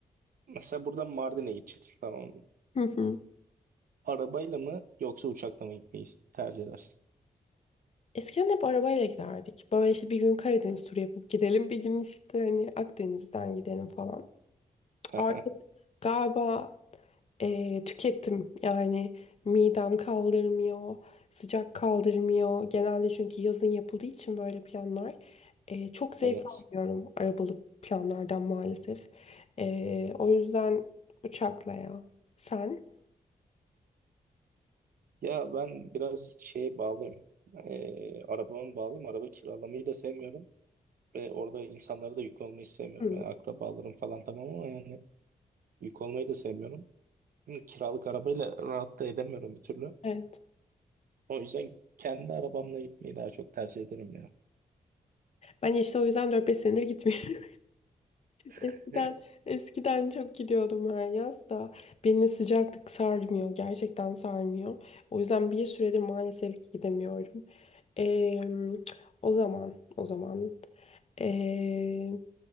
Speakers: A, on the right; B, on the left.
A: mesela buradan Mardin'e gideceksin tamam mı?
B: <laughs>
A: Arabayla mı yoksa uçakla mı gitmeyi tercih edersin?
B: Eskiden hep arabayla giderdik. Böyle işte bir gün Karadeniz turu yapıp gidelim, bir gün işte hani Akdeniz'den gidelim falan.
A: <laughs>
B: Artık galiba eee, tükettim. Yani midem kaldırmıyor, sıcak kaldırmıyor. Genelde çünkü yazın yapıldığı için böyle planlar. eee, çok zevk
A: Evet.
B: almıyorum arabalı planlardan maalesef. Eee, o yüzden uçakla ya. Sen?
A: Ya ben biraz şeye bağlıyım. Ee, arabama bağlıyım. Araba kiralamayı da sevmiyorum. Ve orada insanlara da yük olmayı sevmiyorum.
B: Hı,
A: Yani akrabalarım falan tamam ama yani yük olmayı da sevmiyorum. Şimdi kiralık arabayla rahat da edemiyorum bir türlü.
B: evet.
A: O yüzden kendi arabamla gitmeyi daha çok tercih ederim ya.
B: Ben işte o yüzden dört beş senedir gitmiyorum. Eskiden,
A: <laughs>
B: eskiden çok gidiyordum her yaz da beni sıcaklık sarmıyor. Gerçekten sarmıyor. O yüzden bir süredir maalesef ki gidemiyorum. Ee, o zaman, o zaman ee,